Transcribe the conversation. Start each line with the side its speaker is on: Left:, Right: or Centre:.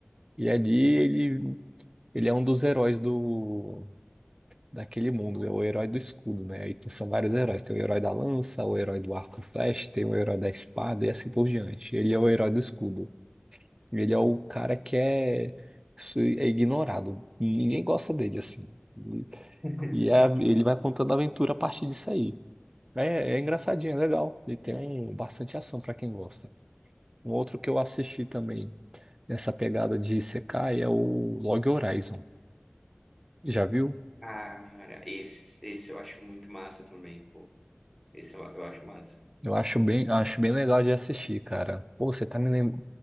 Right: E ali ele, ele é um dos heróis do daquele mundo, é o herói do escudo, né? Aí tem- são vários heróis, tem o herói da lança, o herói do arco e flecha, tem o herói da espada e assim por diante. Ele é o herói do escudo. Ele é o cara que é, su- é ignorado. Ninguém gosta dele assim. E,
Centre: <laughs>
Right: e é- ele vai contando a aventura a partir disso aí. É, é engraçadinho, é legal. Ele tem um- bastante ação pra quem gosta. Um outro que eu assisti também nessa pegada de Isekai é o Log Horizon. Já viu?
Centre: Ah, Cara, esse, esse eu acho muito massa também, pô. Esse eu, eu acho massa.
Right: Eu acho bem, acho bem legal de assistir, cara. Pô, você tá me, lem-